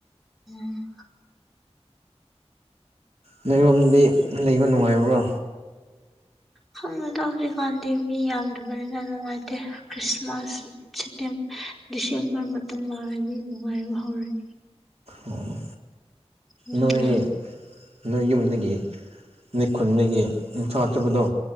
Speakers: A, in the centre; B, on the right.
A: ꯑꯣ꯫
B: ꯅꯣꯏ ꯔꯣꯝꯗꯤ ꯂꯩꯕ ꯅꯨꯡꯉꯥꯏꯕ꯭ꯔꯣ꯫
A: ꯈꯪꯅ ꯇꯧꯗ꯭ꯔꯤꯀꯥꯟꯗꯤ ꯃꯤ ꯌꯥꯝꯗꯕꯅꯤꯅ ꯅꯨꯡꯉꯥꯏꯇꯦ ꯈ꯭ꯔꯤꯁꯃꯥꯁ ꯁꯤꯇꯦꯝ ꯗꯤꯁꯦꯝꯕꯔ ꯃꯇꯝ ꯌꯧꯔꯗꯤ ꯅꯨꯡꯉꯥꯏ ꯍꯧꯔꯅꯤ꯫
B: ꯑꯣ꯫
A: ꯃꯤ
B: ꯅꯣꯏ
A: ꯂꯥꯛ
B: ꯅꯣꯏ ꯌꯨꯝꯗꯒꯤ ꯅꯣꯏ ꯈꯨꯟꯗꯒꯤ ꯏꯝꯐꯥꯜ ꯆꯠꯄꯗꯣ꯫